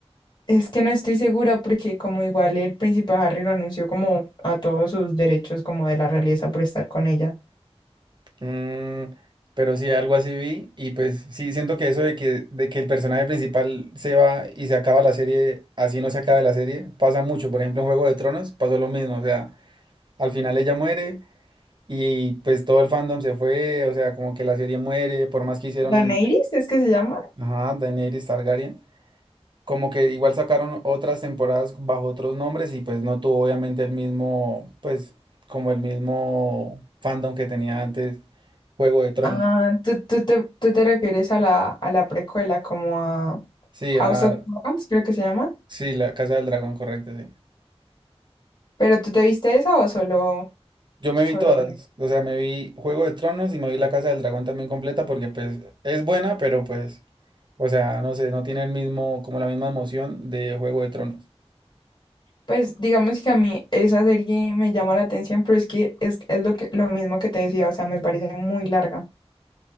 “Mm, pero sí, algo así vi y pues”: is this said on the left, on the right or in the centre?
Right